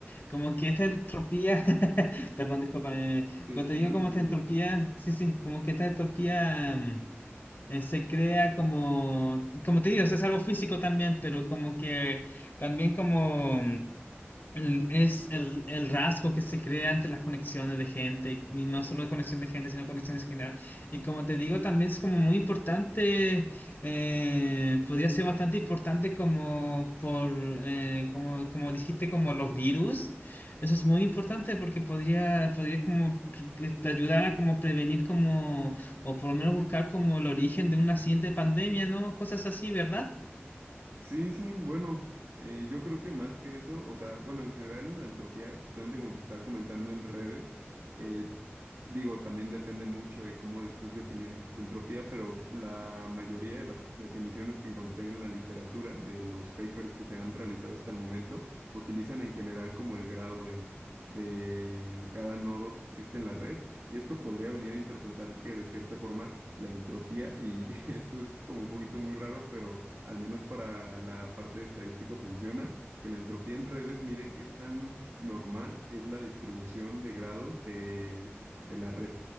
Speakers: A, on the left; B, on the right.
A: como que esta entropía, <laughs> perdón, disculpa, eh,
B: Sí,
A: pero te
B: sí,
A: digo
B: no
A: como
B: te preocupes.
A: esta entropía, sí, sí, como que esta entropía mm, eh, se crea como, como te digo, o sea, es algo físico también, pero como que también como el- es el, el rasgo que se crea entre las conexiones de gente, y no solo conexión de gente, sino conexiones en general. Y como te digo, también es como muy importante, eh, podría ser bastante importante como por, eh, como, como dijiste, como los virus. Eso es muy importante porque podría, podría como que te ayudar a como prevenir como, o por lo menos buscar como el origen de una siguiente pandemia, ¿no? Cosas así, ¿verdad?
B: Sí, sí, bueno, eh, yo creo que más que eso, o sea, bueno, en general en la entropía, justamente como te estaba comentando en redes, eh, digo, también depende mucho de cómo estés definiendo tu entropía, pero la mayoría de las definiciones que encontré en la literatura, de los papers que se han realizado hasta el momento, utilizan en general como el grado de, de cada nodo que existe en la red, y esto podría venir a interpretar que de cierta forma la entropía y <laughs> esto es como un poquito muy raro, pero al menos para la parte de estadística funciona, que la entropía en redes mide qué tan normal es la distribución de grados de, de la red.